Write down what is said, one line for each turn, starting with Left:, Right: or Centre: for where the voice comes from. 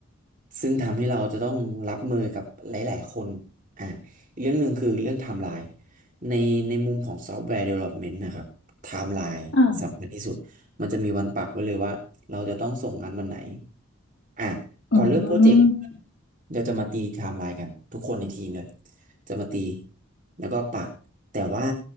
Right: ซึ่งทำให้เราจะต้องรับมือกับหลายๆคนอ่ะอีกเรื่องหนึ่งคือเรื่องไทม์ไลน์ในในมุมของซอฟต์แวร์ Development นะครับไทม์ไลน์สำคัญที่สุด
Left: อ่า
Right: มันจะมีวันปักไว้เลยว่าเราจะต้องส่งงานวันไหนอ่ะ
Left: อืม
Right: ก่อนเริ่มโปรเจกต์เดี๋ยวจะมาตีไทม์ไลน์กันทุกคนในทีมเลย จะมาตีแล้วก็ปักแต่ว่า